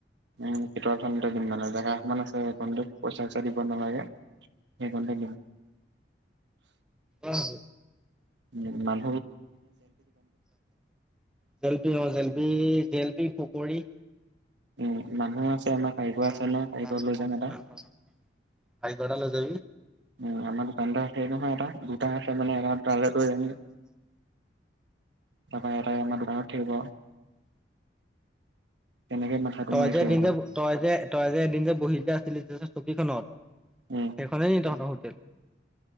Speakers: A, on the right (about 75°); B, in the centre.
A: উম। <unintelligible> দিম মানে জেগা অকমান আছে, সেইখনত পইচা-চইচা দিব নালাগে সেইখনতে দিম। <inaudible>
B: অ'।
A: উম মান
B: জেলপি অ' জেলপি-জেলপি। পকৰী।
A: উম মানুহ আছে। আমাৰ কাৰিকৰ
B: কাৰিকৰ
A: আছে ন কাৰিকৰ লৈ যাম এটা।
B: এটা লৈ যাবি।
A: উম আমাৰ দোকানতে আছে নহয় এটা দুটা আছে মানে এটা তালে কৰি আনিলে। তাপাই এটাই আমাৰ দোকানত থাকিব। তেনেকে মাথাটো
B: তই
A: মাৰিছো
B: যে এদিন
A: এবাৰ
B: যে তই যে-তই যে এদিন যে বহি যে আছিলি যে। কিখনত
A: উম,
B: সেইখনেই নি তহঁতৰ হো টেল